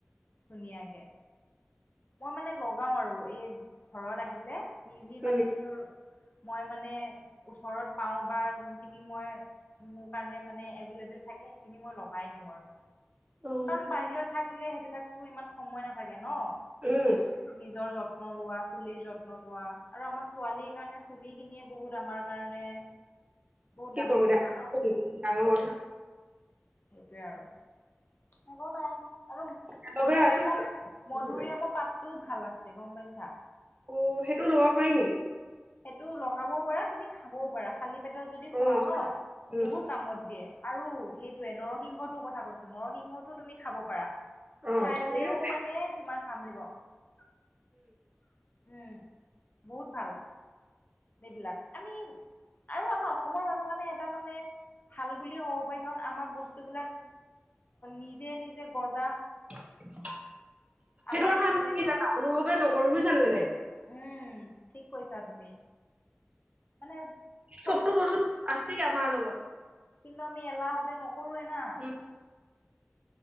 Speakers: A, on the left; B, on the right.
A: ধুনীয়াকে মই মানে লগাও আৰু এই ঘৰত আহিলে <unintelligible> যি যি
B: উম
A: মানে মই মানে ওচৰত পাও বা যোনখিনি মই মোৰ কাৰণে মানে এভেইলেবল থাকে সেইখিনি মই লগাই দিও আৰু
B: অ
A: কাৰণ বাহিৰত থাকিলে সেইবিলাকতো ইমান সময় নাথাকে ন <unintelligible>
B: উম
A: নিজৰ যত্ন লোৱা চুলিৰ যত্ন লোৱা আৰু আমাৰ ছোৱালীৰ কাৰণে চুলি খিনিয়ে বহুত আমাৰ কাৰণে বহুত
B: কি
A: ডাঙৰ
B: কম ডাঙ
A: কথা
B: <unintelligible>
A: সেইটোৱে আৰু একো নাই আৰু
B: এল'ভেৰা
A: মধুৰিআমাৰ
B: আছে সেইফালে।
A: মধুৰিআমৰ পাতটো <unintelligible> ভাল আছিল গম পাইছা
B: অ সেইটো ল'ব পাৰি নেকি
A: সেইটো লগাবও পাৰা কিন্তি খাবও পাৰা খালি পেত যদি খোৱা
B: অ
A: ন
B: উম
A: বহুত কামত দিয়ে আৰু স ৰসিংহটোৰ কথা কৈছো নৰসিংহ তো তুমি খাব পাৰা
B: অ
A: <unintelligible> খাইলেও
B: সেইকেইটা পাৰি।
A: মানে তোমাৰ কাম দিব উম বহুত ভাল এইবিলাক আমি আৰু আমাৰ অসমৰ মানুহ কাৰণে এটা মানে ভাল বুলিয়ে হ'ব পাৰি কাৰণ আমাৰ বস্তুবিলাক নিজে নিজে গছ
B: সেইটো
A: আমাৰ
B: কাৰণে
A: এইখিনি
B: আমি কি জানা অনুভৱে নকৰো বুজিছাানে মানে
A: উম ঠিক কৈছা তুমি মানে চব
B: সবটো বৰছ আ আমাৰ লগত
A: কিন্তু আমি এলাহতে নকৰোৱে না
B: উম